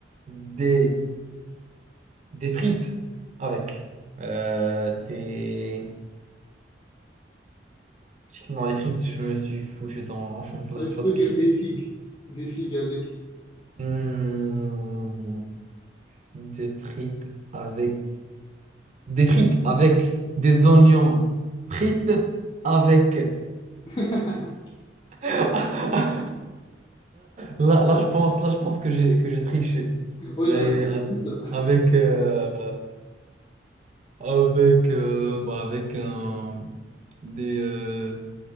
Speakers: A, on the right; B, on the left.
A: des, des frites avec euh, des... Non, les frites, je me suis foutu dans <laughs> la
B: Ah,
A: sauce.
B: tu peux dire
A: là.
B: des figues. Des figues avec.
A: Hmm, des frites avec... Des frites avec des oignons frites avec
B: <laughs>
A: <laughs> Là, là, là, je pense, là, je pense que j'ai que j'ai triché.
B: Ouais,
A: Mais
B: c'est un peu difficile,
A: euh,
B: là.
A: avec euh, avec euh, bah, avec un- des, euh,